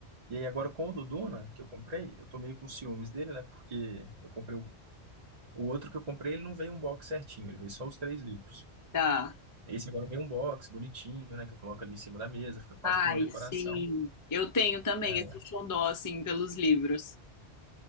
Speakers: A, on the right; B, on the left.
A: E aí agora com o do Duna, que eu comprei, eu tô meio com ciúmes dele, né? Porque eu comprei o, o outro que eu comprei, ele não veio um box certinho, ele veio só os três livros.
B: Tá.
A: Esse agora veio um box bonitinho, né? Que eu coloco ali em cima da mesa, fica quase
B: Ai,
A: como uma decoração.
B: sim. Eu tenho também
A: É,
B: esse xodó assim pelos livros.